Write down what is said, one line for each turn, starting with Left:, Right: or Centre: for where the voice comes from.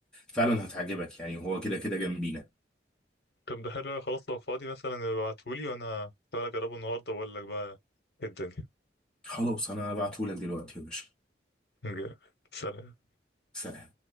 Centre: فعلا هتعجبك يعني هو كده كده جنبينا
Left: طب ده حلو أوي، خلاص لو فاضي مثلا ابعتهولي وأنا تعالى أجربه النهاردة وأقول لك بقى إيه الدنيا
Centre: خلاص انا هبعتهولك دلوقتي يا باشا
Left: جامد. سلام
Centre: سلام